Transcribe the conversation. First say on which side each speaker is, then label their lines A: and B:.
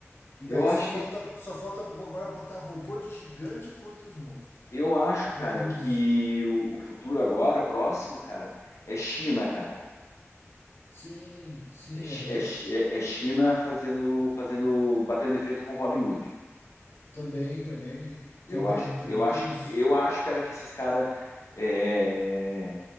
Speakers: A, on the left; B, on the left.
A: E
B: eu
A: daí
B: acho
A: só falta,
B: que
A: só falta agora botar robô de gigante contra os monstros,
B: eu acho,
A: contra
B: cara,
A: o Godzilla.
B: que o, o futuro agora próximo, cara, é China, cara.
A: Sim, sim,
B: É, chi-
A: aham.
B: é chi- é- é China fazendo fazendo batendo de frente com Hollywood.
A: Também, também,
B: Eu
A: também,
B: acho,
A: também
B: eu acho
A: tem
B: que,
A: isso.
B: eu acho, cara, que esses caras é,